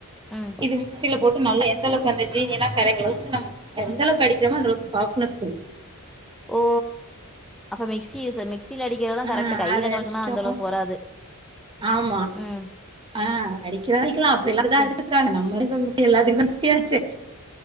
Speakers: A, in the centre; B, on the right.
A: ம்
B: இது மிக்சியில போட் டு நல்ல எந்தளவுக் அந்த ஜீனி எல்லா கரைற அளவுக்கு நம்ம எந்த அளவுக்கு அடிக்கிறமோ அந்தளவுக்கு சாஃப்னஸ் குடு
A: ஓ அப்ப மிக்சிஸ் மிக்சில அடிக்கிறதா
B: ஆ
A: கரெக்ட்டு கையில
B: அத
A: கலக்குக்கனா
B: அடிச்சுட்டோ
A: அந்த அளவுக்கு வராது
B: ஆமா
A: ம்
B: ஆ அடிக்கல அடிக்கலா அப்பலா இப்டிதா
A: சேரி
B: அடிச் சாங்க நம்ம இப்போ மிக்சி எல்லாத்துக்கு மிக்சியாச்சே